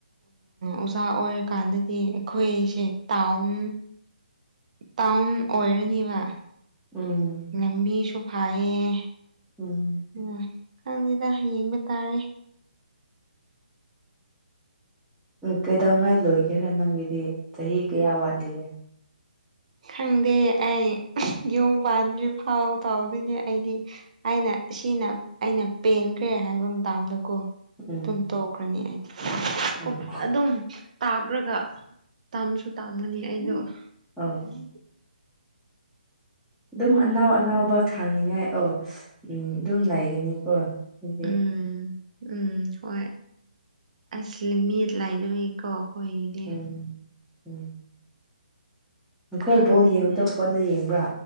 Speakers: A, on the right; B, in the centre.
A: ꯑꯣꯖꯥ ꯑꯣꯏꯔꯀꯥꯟꯗꯗꯤ ꯑꯩꯈꯣꯏꯁꯦ ꯇꯥꯎꯟ ꯇꯥꯎꯟ ꯑꯣꯏꯔꯅꯤꯕ
B: ꯎꯝ
A: ꯂꯝꯕꯤꯁꯨ ꯐꯩꯌꯦ
B: ꯎꯝ
A: ꯑꯝ ꯈꯪꯗꯦꯗ ꯌꯦꯡꯕ ꯇꯥꯔꯦ
B: ꯎꯝ ꯀꯩꯗꯧꯉꯥꯏ ꯂꯣꯏꯒꯦꯔꯥ ꯅꯪꯒꯤꯗꯤ ꯆꯍꯤ ꯀꯌꯥ ꯋꯥꯠꯂꯤꯒꯦ
A: ꯈꯪꯗꯦ ꯑꯩ ꯌꯨꯝ ꯄꯥꯟꯗ꯭ꯔꯤ ꯐꯥꯎ ꯇꯥꯎꯗꯣꯏꯅꯦ ꯑꯩꯗꯤ ꯑꯩꯅ ꯑꯁꯤꯅ ꯑꯩꯅ ꯄꯦꯟꯈ꯭ꯔꯦ ꯍꯥꯏꯕ ꯃꯇꯝꯗ ꯀꯣ
B: ꯎꯝ
A: ꯗꯨꯝ ꯇꯣꯛꯈ꯭ꯔꯅꯤ ꯑꯩꯗꯤ
B: ꯎꯝ
A: ꯀꯨꯝ ꯑꯗꯨꯝ ꯇꯥꯈ꯭ꯔꯒ ꯇꯝꯁꯨ ꯇꯥꯝꯒꯅꯤ ꯑꯩꯗꯣ
B: ꯑꯣ
A: <unintelligible>
B: ꯑꯗꯨꯝ ꯑꯅꯥꯎ ꯑꯅꯥꯎꯕ ꯊꯥꯅꯤꯡꯉꯥꯏ ꯑꯣ ꯎꯝ ꯑꯗꯨꯝ ꯂꯩꯒꯅꯤꯀꯣ ꯑꯗꯨꯗꯤ
A: ꯎꯝ ꯎꯝ ꯍꯣꯏ ꯑꯁ ꯂꯤꯃꯤꯠ ꯂꯩꯔꯣꯏ ꯀꯣ ꯈꯣꯏꯒꯤꯗꯤ
B: ꯎꯝ ꯎꯝ ꯅꯈꯣꯏ
A: ꯈꯪꯗꯦꯅꯦ
B: ꯕꯣꯜ ꯌꯦꯡꯕꯗꯣ ꯐꯣꯟꯗ ꯌꯦꯡꯕ꯭ꯔꯥ